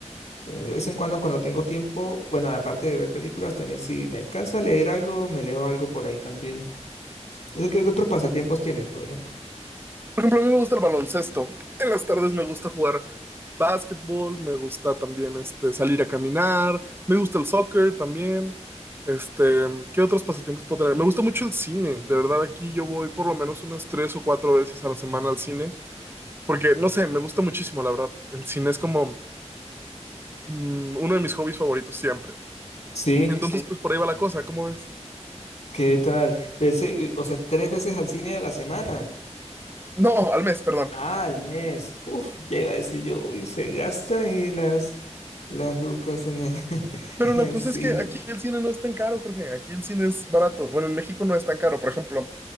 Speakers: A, on the left (about 75°); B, on the right (about 20°).
A: Eh, de vez en cuando cuando tengo tiempo, bueno, aparte de ver películas, también si me alcanza a leer algo, me leo algo por ahí también. O sea, ¿Qué otros pasatiempos tienes, por ejemplo?
B: Por ejemplo, a mí me gusta el baloncesto. En las tardes me gusta jugar básquetbol, me gusta también este, salir a caminar, me gusta el soccer también. Este, ¿qué otros pasatiempos puedo tener? Me gusta mucho el cine, de verdad aquí yo voy por lo menos unas tres o cuatro veces a la semana al cine, porque no sé, me gusta muchísimo, la verdad. El cine es como mm, uno de mis hobbies favoritos siempre.
A: Sí,
B: Entonces, Sí. pues por ahí va la cosa, ¿cómo ves?
A: ¿qué tal? Ese, eh, o sea, tres veces al cine a la semana.
B: No, al mes, perdón.
A: Ah, al mes. Uf, ya iba a decir yo, uy, se gasta ahí las, las lucas en el, <laughs>
B: Pero
A: en
B: la
A: el
B: cosa
A: cine.
B: es que aquí el cine no es tan caro, Jorge. Aquí el cine es barato. Bueno, en México no es tan caro. Por ejemplo,